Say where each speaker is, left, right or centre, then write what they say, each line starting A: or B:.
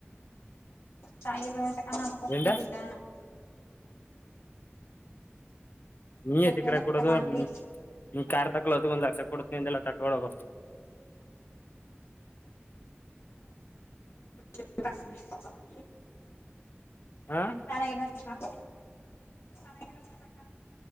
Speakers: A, on the left (about 70°); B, on the left (about 50°).
A: ತಾಯಿ ತ ನಾನು ಕೊಗ್ತಿದ್ದ
B: ಏಂಡ
A: <unintelligible>
B: ನೀ ಎತಿ
A: ಬುಲೆಟ್
B: ಕಡೆ ಕೊಡೋದು
A: ಆಗ್ಲಿ
B: ನೀ ಕಾರ್ ತಕೊಳ್ಳೋದ ಒಂದ್ ಲಕ್ಷ ಕೊಡುತ್ತೆ ಅಂದಲ್ಲ ತಕೊಳೋಗ
A: <inaudible>
B: ಹಾ ಅಣ್ಣ
A: ಅದರ ಇನ್ನೊಬರಿಗೆ ಕಾಣ್ತಾದ ನಮ್ಗೆ ಇರೋದ ಒಂದಕ